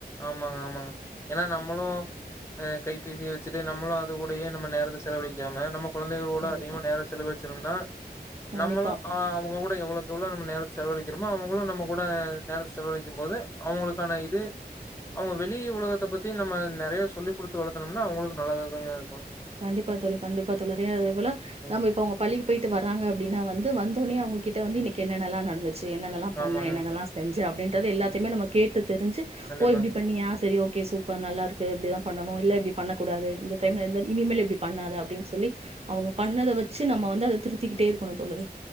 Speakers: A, on the left; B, on the right.
A: ஆமாங்க ஆமாங்க ஏன்னா நம்மளு அ கைபேசிய வச்சிட்டு நம்மளு அது கூடயே நம நேரத்த செலவழிக்காம நம்ம கொழந்தைகளோட
B: கண்டிப்பா
A: அதிகமா நேரோ செலவச்சனா
B: கண்டிப்பா
A: நம்மளு ஆ அவங்கூட எவ்வளவுக் எவளவோ நம்ம நேரத்த செலவழிக்கிறமோ அவங்களு நம்ம கூட நேரத்த செலவழிக்கு போது அவங்களுக்கான இது அவங்க வெளி உலகத்த பத்தி நம்ம நிறைய சொல்லிக் கொடுத்து வளர்த்தனோம்னா அவங்களுக்கு நல்லதா தங்க இருக்கு
B: கண்டிப்பா தோழரே கண்டிப்பா தோழரே அதே போல
A: ம்
B: நம்ம இப்ப அவங்க பள்ளிக்கு போயிட்டு வராறங்க அப்டின்னா வந்து வந்தோடனே அவங்ககிட்ட வந்து இனைக்கு என்னெனலா நடந்துச்சு என்னெல்லா பண்ண
A: ஆமாங்க
B: என்னெல்லா செஞ்ச அப்படின்னு அதாது எல்லத்தமே நம கேட்டு தெரிஞ்சு
A: கண்டிப்பாங்க
B: ஓ இப்டி பண்ணியா சரி ஓகே ஓகே சூப்பர் நல்லா இருக்கு அப்டிதா பண்ணணு இல்ல இப்டி பண்ணக் கூடாது இந்த டைம்ல எந்த இனிமேல் இப்டி பண்ணாத அப்டின்னு சொல்லி அவங்க பண்ணத வச்சு நம்ம வந்து அத திருத்திக்கிட்டே இருக்கணு தோழரே